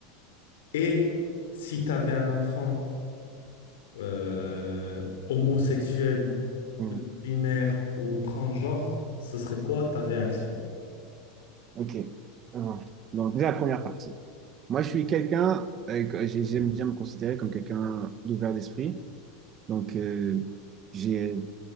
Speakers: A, on the left; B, on the right.
A: Et si tu avais un enfant euh, homosexuel,
B: Mhm.
A: binaire ou transgenre, ce serait quoi ta réaction?
B: Ok. Alors, donc, déjà, la première partie. Moi, je suis quelqu'un, euh, que- j'ai- j'aime bien me considérer comme quelqu'un d'ouvert d'esprit. Donc, euh, j'ai